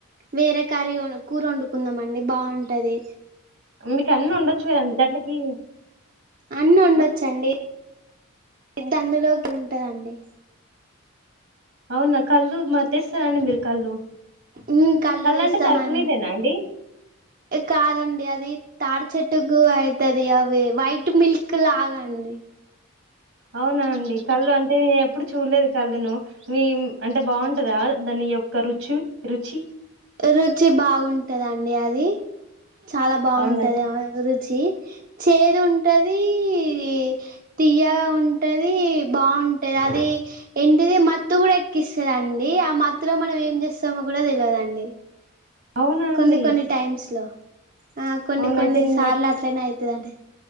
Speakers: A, on the right; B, on the right.
A: వేరే కర్రి వొన్ కూర వండుక్ కున్నాం అండి బాగుంటది.
B: మీకు అన్నీ ఒండచ్చు కదండి దాంట్లకి
A: అన్న్ ఒండొచ్చండి
B: ఆ
A: పెద్ద అందులో <inaudible> ఉంటదండి
B: అవునా కళ్ళు మర్ తీస్తరా అండి మీరు కళ్ళు
A: ఉమ్ కళ్ళు తీస్తమండి
B: అంటే సరుపు నీళ్ళేనా అండి
A: ఏ కాదండి అది తాడి చెట్టుకు అయితది అవి వైట్ మిల్క్ లాగా అండి
B: అవునా అండి కళ్ళు అంటే ఎప్పుడు చూడలేద్ కళ్ళును మీమ్ అంటే బాగుంటదా దాని యొక్క రుచి రుచి
A: రుచి బాగుంటదండి అది చాలా బాగుంటది
B: అవునా
A: <unintelligible> రు చి చేదు ఉంటదీ ఈ తియ్యగా ఉంటది బాగుంటది అది ఏంటిది మత్తు కూడా ఎక్ కిస్తదండి ఆ మత్తులో మనం ఏం చేస్తమో కూడా తెలవదండి
B: అవునా
A: కొన్ని
B: అండి
A: కొన్ని టైమ్స్ లో ఆ కొన్ని
B: అవున
A: కొన్ని
B: అయితే నేను
A: సార్లు
B: నాకు
A: అట్లనే అయితదంటే